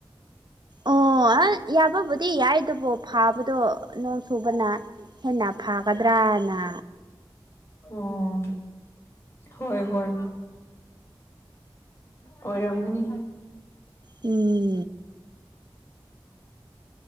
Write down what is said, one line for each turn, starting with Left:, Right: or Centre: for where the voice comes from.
Right: ꯑꯣ <unintelligible> ꯌꯥꯕꯕꯨꯗꯤ ꯌꯥꯏ ꯑꯗꯨꯕꯨ ꯐꯥꯕꯗꯣ ꯅꯣꯡ ꯆꯨꯕꯅ꯫ ꯍꯦꯟꯅ ꯐꯒꯗ꯭ꯔꯥꯅ꯫
Left: ꯑꯣ ꯍꯣꯏ ꯍꯣꯏ꯫ ꯑꯣꯏꯔꯝꯒꯅꯤ꯫
Right: ꯎꯝ